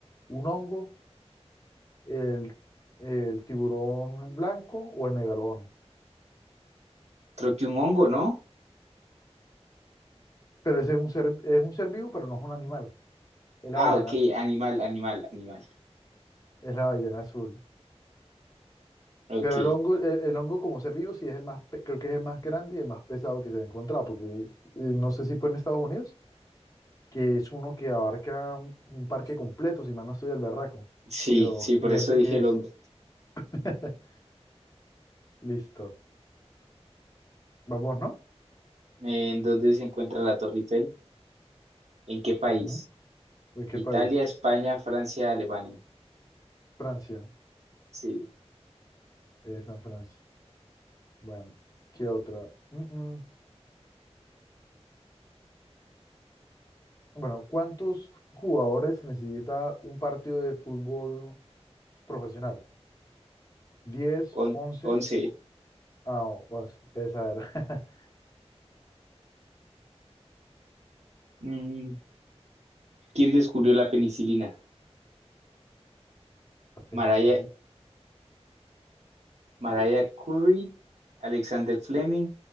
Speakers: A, on the left; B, on the right.
A: un hongo, el, el tiburón blanco o el megalodón.
B: Creo que un hongo, ¿no?
A: Pero ese es un ser, es un ser vivo, pero no es un animal. Es la
B: Ah,
A: ballena
B: ok,
A: azul.
B: animal, animal, animal.
A: Es la ballena azul.
B: Ok,
A: Pero el hongo, el, el hongo como ser vivo sí es el más, pe- creo que es el más grande y el más pesado que se ha encontrado, porque eh, no sé si fue en Estados Unidos, que es uno que abarca un parque completo, si mal no estoy del berraco,
B: sí,
A: de lo
B: sí,
A: gigante
B: por eso dije
A: que
B: longo.
A: es. <laughs> Listo. Vamos, ¿no?
B: Eh, ¿En dónde se encuentra la Torre Eiffel? ¿En qué país?
A: Ujú. ¿De qué
B: Italia,
A: país?
B: España, Francia, Alemania.
A: Francia.
B: Sí,
A: Es en Francia. Bueno, ¿qué otra? Mm, mm. Bueno, ¿cuántos jugadores necesita un partido de fútbol profesional? diez
B: On-
A: once
B: once.
A: Ah, o- o- esa era.
B: Mm, ¿quién descubrió la penicilina?
A: La penicilina.
B: Mariah, Mariah Curie, Alexander Fleming,